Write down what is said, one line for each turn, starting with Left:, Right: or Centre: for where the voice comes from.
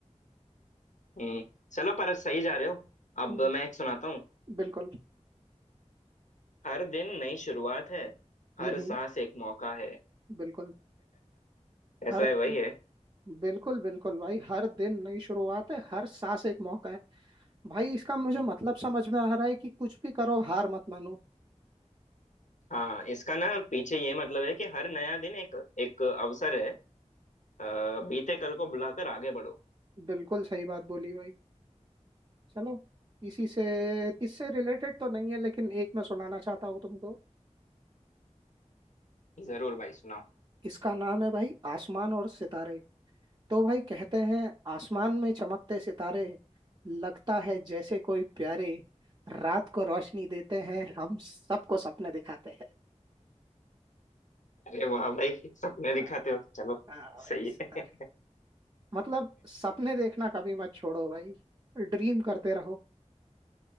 Left: हम्म चलो पर सही जा रहे हो अब
Right: हम्म हम्म,
Left: मैं एक सुनाता हूँ
Right: बिल्कुल
Left: हर दिन नई शुरुआत है हर
Right: हम्म हम्म
Left: सांस एक मौका है
Right: बिल्कुल
Left: ऐसा
Right: हर दि-
Left: है वही है
Right: बिल्कुल बिल्कुल भाई हर दिन नई शुरुआत है हर सांस एक मौका है भाई इसका मुझे
Left: हम्म,
Right: मतलब समझ में आ रहा है कि कुछ भी करो हार मत मानो
Left: हाँ इसका ना पीछे ये मतलब है कि हर नया दिन एक एक अवसर है अ, बीते कल को बुलाकर आगे बढ़ो
Right: बिल्कुल सही बात बोली भाई चलो इसी से इससे रिलेटेड तो नहीं है लेकिन एक मैं सुनाना चाहता हूँ तुमको
Left: जरूर भाई सुनाओ
Right: इसका नाम है भाई आसमान और सितारे तो भाई कहते हैं आसमान में चमकते सितारे लगता है जैसे कोई प्यारे रात को रोशनी देते हैं हम सबको सपने दिखाते हैं
Left: अरे वाह भाई सपने दिखाते
Right: हाँ
Left: हो चलो
Right: हाँ
Left: सही
Right: भाई सितारे
Left: है
Right: मतलब सपने देखना कभी मत छोड़ो भाई ड्रीम करते रहो